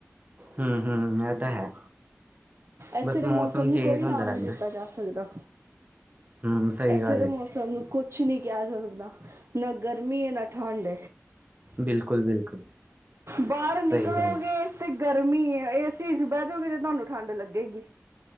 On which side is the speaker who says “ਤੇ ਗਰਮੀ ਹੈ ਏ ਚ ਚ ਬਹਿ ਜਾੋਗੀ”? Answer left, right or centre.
Right